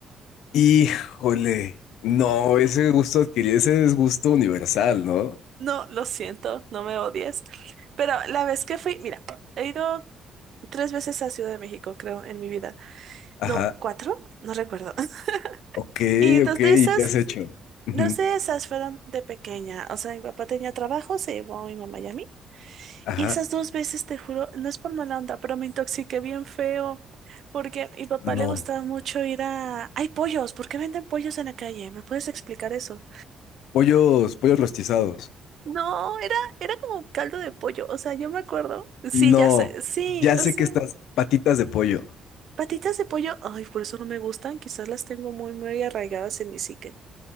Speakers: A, on the left (about 80°); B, on the right (about 65°).
A: Híjole, no, ese gusto adquirido, ese es gusto universal, ¿no?
B: No, lo siento, no me odies. Pero la vez que fui, mira, he ido tres veces a Ciudad de México, creo, en mi vida.
A: Ajá,
B: No, cuatro, no recuerdo. <laughs>
A: ok,
B: Y dos
A: ok,
B: de
A: ¿y
B: esas,
A: qué has hecho? Ujú,
B: dos de esas fueron de pequeña. O sea, mi papá tenía trabajo, se llevó a mi mamá y a mí.
A: Ajá,
B: Y esas dos veces, te juro, no es por mala onda, pero me intoxiqué bien feo. Porque a mi papá
A: no,
B: le gustaba mucho ir a... Hay pollos, ¿por qué venden pollos en la calle? ¿Me puedes explicar eso?
A: pollos, pollos rostizados.
B: No, era, era como un caldo de pollo, o sea, yo me acuerdo. Sí,
A: No,
B: ya sé, sí,
A: ya
B: lo
A: sé
B: sé.
A: que estas patitas de pollo.
B: Patitas de pollo, ay, por eso no me gustan, quizás las tengo muy, muy arraigadas en mi psique.